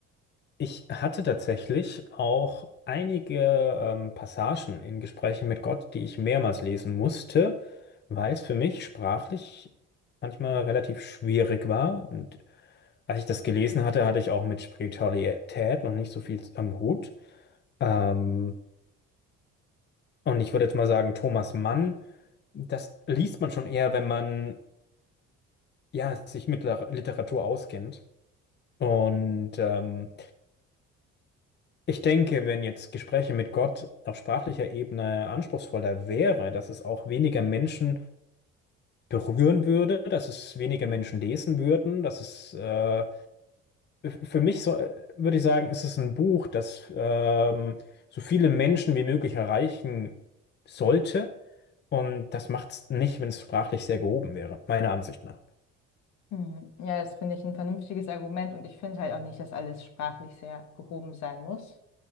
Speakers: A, on the left; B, on the left.
A: ich hatte tatsächlich auch einige ähm, Passagen in Gesprächen mit Gott, die ich mehrmals lesen musste, weil es für mich sprachlich manchmal relativ schwierig war. Und als ich das gelesen hatte, hatte ich auch mit Spiritualität noch nicht so viel am Hut. Ähm, und ich würde jetzt mal sagen, Thomas Mann Das liest man schon eher, wenn man ja, sich mit Lar- Literatur auskennt. Und ähm, ich denke, wenn jetzt Gespräche mit Gott auf sprachlicher Ebene anspruchsvoller wäre, dass es auch weniger Menschen berühren würde, dass es weniger Menschen lesen würden, dass es äh, für mich so, äh, würde ich sagen, ist es ein Buch, das ähm, so viele Menschen wie möglich erreichen sollte. Und das macht es nicht, wenn es sprachlich sehr gehoben wäre, meiner Ansicht nach.
B: Hm. Ja, das finde ich ein vernünftiges Argument und ich finde halt auch nicht, dass alles sprachlich sehr gehoben sein muss.